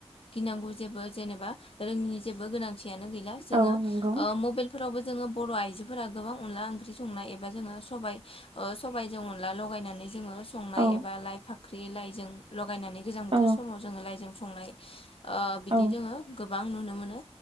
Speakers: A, on the left (about 55°); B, on the right (about 55°).
A: गिनांगौ जेबो जेनेबा रोंनि जेबो गोनांथि थियानो‌ गैला जोङो
B: औ नंगौ
A: ओ मबाइल फोरावबो जोङो बर' आइजोफोरा गोबां अनला ओंख्रि संनाय एबा जोङो सबाय ओ सबबायजों अनला लगायनानै जोङो संनाय
B: औ
A: एबा लाइ फाख्रि लाइजों गायनानै गोजां
B: औ
A: बोथोर समाव जोङो लाइजों संनाय ओ बिदि
B: औ
A: जोङो गोबां नुनो मोनो।